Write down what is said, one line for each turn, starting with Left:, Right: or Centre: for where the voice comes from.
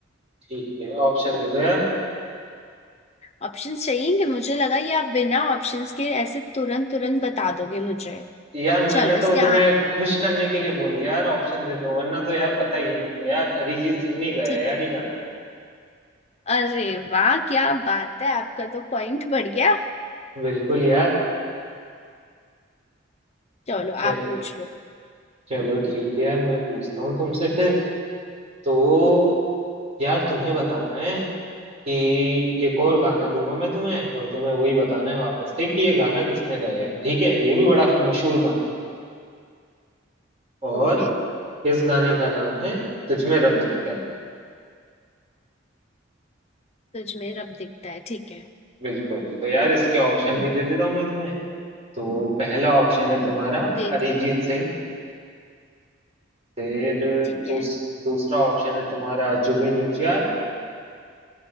Right: ठीक है ऑप्शन दे दो यार
Left: ऑप्शंस चाहिएंगे मुझे लगा ये आप बिना ऑप्शंस के ऐसे तुरंत तुरंत बता दोगे मुझे
Right: यार मैंने
Left: चलो
Right: तो
Left: इसके
Right: तुम्हें
Left: आ...
Right: खुश करने के लिए बोल दिया यार ऑप्शन दे दो वरना तो यार पता ही है मेरे को यार अरिजीत सिंह ने गाया
Left: ठीक
Right: है यार
Left: है
Right: ये गाना
Left: अरे वाह क्या बात है आपका तो पॉइंट बढ़ गया
Right: बिल्कुल यार
Left: चलो
Right: चलो
Left: आप पूछ लो
Right: चलो ठीक है यार मैं पूछता हूँ तुमसे फिर तो यार तुम्हें बताना है कि एक और गाना दूंगा मैं तुम्हें और तुम्हें वही बताना है वापस से कि ये गाना किसने गाया है ठीक है ये भी बड़ा मशहूर गाना है। और
Left: ओके
Right: इस गाने का नाम है तुझमें रब दिखता है
Left: तुझ में रब दिखता है ठीक है
Right: बिल्कुल तो यार इसके ऑप्शन भी दे देता हूँ मैं तुम्हें तो पहला ऑप्शन है तुम्हारा
Left: दे
Right: अरिजीत
Left: दो
Right: सिंह फिर
Left: ठीक
Right: दूस,
Left: है
Right: दूसरा ऑप्शन है तुम्हारा जुबिन नौटियाल